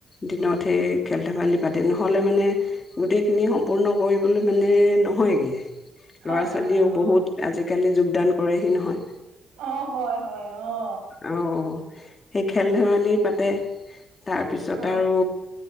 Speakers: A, on the left; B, on the right.
A: দিনত সেই খেল -ধেমালি পাতে। নহ'লে মানে গোটেইখিনি সম্পূৰ্ণ কৰিবলৈ।। মানে নহয়গে ল'ৰা
B: হয়
A: ছোৱালীও
B: হয়
A: বহুত
B: অ
A: আজিকালি।। কোললে যু <inaudible> দান কৰেহি নহয়।
B: অ হয় হয় অ।
A: অ', সেই খেল-
B: অ
A: ধেমালি পাতে। তাৰপিছত
B: অ
A: আৰু।।